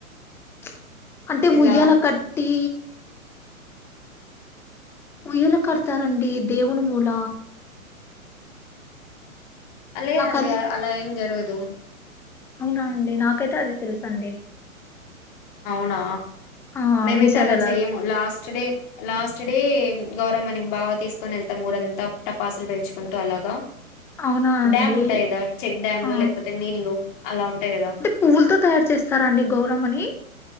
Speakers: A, in the centre; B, on the left.
A: ప్చ్ అంటే
B: ఎలా
A: ఉయ్యాల కట్టి ఉయ్యల కడతారండి దేవుని మూల
B: లేదండి
A: నాకు అది
B: అలా ఏం జరగదు
A: అవునా అండి నాకైతే అది తెలుసు అండి
B: అవునా
A: ఆ
B: మేమైతే
A: మీ సైడ్
B: అలా
A: ఎలా
B: చేయము లాస్ట్ డే లాస్ట్ డే గౌరమనికి బాగా తీసుకొని వెళ్తాము ఊరంతా టపాసులు పెల్చుకుంటూ అలాగా
A: అవునా అండి
B: డ్యామ్ ఉంటాయి కదా చెక్ డ్యామ్లు
A: ఆ
B: లేకపోతే నీళ్లు అలా ఉంటాయి కదా
A: పువులతో తయారు చేస్తారండి గౌరమ్మని